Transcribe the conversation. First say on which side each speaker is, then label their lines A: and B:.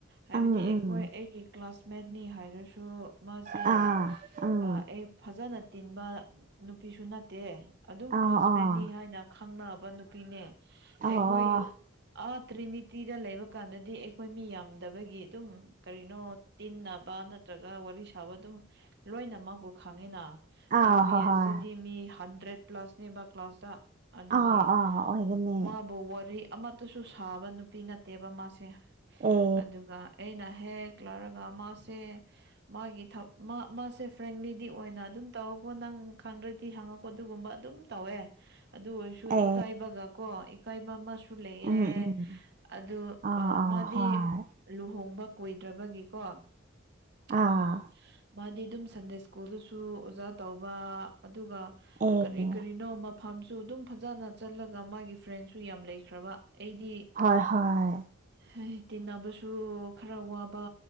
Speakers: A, on the right (about 60°); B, on the right (about 40°).
A: ꯍꯥꯏꯕꯗꯤ
B: ꯎꯝ
A: ꯑꯩꯈꯣꯏ
B: ꯎꯝ
A: ꯑꯩꯒꯤ ꯀ꯭ꯂꯥꯁꯃꯦꯠꯅꯤ ꯍꯥꯏꯔꯁꯨ ꯃꯁꯦ
B: ꯑꯥ ꯎꯝ
A: ꯑ ꯑꯩ ꯐꯖꯅ ꯇꯤꯟꯕ ꯅꯨꯄꯤꯁꯨ ꯅꯠꯇꯦ ꯑꯗꯨꯝ
B: ꯑꯥ
A: ꯀ꯭ꯂꯥꯁꯃꯦꯠꯅꯤ
B: ꯑꯥ
A: ꯍꯥꯏꯅ ꯈꯪꯅꯕ ꯅꯨꯄꯤꯅꯦ
B: ꯑꯣ
A: ꯑꯩꯈꯣꯏ ꯌꯨ ꯑꯥ ꯇ꯭ꯔꯤꯅꯤꯇꯤꯗ ꯂꯩꯕ ꯀꯥꯟꯗꯗꯤ ꯑꯩꯈꯣꯏ ꯃꯤ ꯌꯥꯝꯗꯕꯒꯤ ꯑꯗꯨꯝ ꯀꯔꯤꯅꯣ ꯇꯤꯟꯅꯕ ꯅꯠꯇ꯭ꯔꯒ ꯋꯥꯔꯤ ꯊꯕ ꯑꯗꯨꯝ ꯂꯣꯏꯅꯃꯛꯄꯨ ꯈꯪꯉꯤꯅ
B: ꯑꯥ
A: ꯌꯨ ꯕꯤ
B: ꯍꯣꯏ
A: ꯑꯦꯁꯗꯗꯤ
B: ꯍꯣꯏ
A: ꯃꯤ ꯍꯟꯗ꯭ꯔꯦꯠ ꯄ꯭ꯂꯥꯁꯅꯦꯕ ꯀ꯭ꯂꯥꯁꯇ ꯑꯗꯨꯒꯤ
B: ꯑꯥ ꯑꯥ ꯑꯣꯏꯒꯅꯤ
A: ꯃꯥꯕꯨ ꯋꯥꯔꯤ ꯑꯃꯠꯇꯁꯨ ꯁꯥꯕ ꯅꯨꯄꯤ ꯅꯠꯇꯦꯕ ꯃꯥꯁꯦ
B: ꯑꯦ
A: ꯑꯗꯨꯒ ꯑꯩꯅ ꯍꯦꯛ ꯂꯥꯛꯔꯒ ꯃꯥꯁꯦ ꯃꯥꯒꯤ ꯊꯛ ꯃꯥ ꯃꯥꯁꯦ ꯐ꯭ꯔꯦꯟꯂꯤꯗꯤ ꯑꯣꯏꯅ ꯑꯗꯨꯝ ꯇꯧꯔꯀꯣ ꯅꯪ ꯈꯪꯗ꯭ꯔꯗꯤ ꯍꯪꯉꯀꯣ ꯑꯗꯨꯒꯨꯝꯕ ꯑꯗꯨꯝ ꯇꯧꯋꯦ ꯑꯗꯨ ꯑꯣꯏꯔꯁꯨ
B: ꯑꯦ
A: ꯏꯀꯥꯏꯕꯒ ꯀꯣ ꯏꯀꯥꯏꯕ ꯑꯃꯁꯨ ꯁꯨꯂꯩꯌꯦ
B: ꯎꯝ ꯎꯝ
A: ꯑꯗꯨ
B: ꯑꯥ
A: ꯑ
B: ꯑꯥ
A: ꯃꯥꯗꯤ
B: ꯍꯣꯏ
A: ꯂꯨꯍꯣꯡꯕ ꯀꯨꯏꯗ꯭ꯔꯕꯒꯤꯀꯣ ꯎꯝ
B: ꯑꯥ
A: ꯃꯥꯗꯤ ꯑꯗꯨꯝ ꯁꯟꯗꯦ ꯁ꯭ꯀꯨꯜꯗꯁꯨ ꯑꯣꯖꯥ ꯇꯧꯕ ꯑꯗꯨꯒ
B: ꯑꯦ
A: ꯀꯔꯤ ꯀꯔꯤꯅꯣ ꯃꯐꯝ ꯁꯨ ꯑꯗꯨꯝ ꯐꯖꯅ ꯆꯠꯂꯒ ꯃꯥꯒꯤ ꯐ꯭ꯔꯦꯟꯁꯨ ꯌꯥꯝ ꯂꯩꯈ꯭ꯔꯕ ꯑꯩꯗꯤ
B: ꯍꯣꯏ ꯍꯣꯏ
A: ꯍꯩ ꯇꯤꯟꯅꯕꯁꯨ ꯈꯔ ꯋꯥꯕ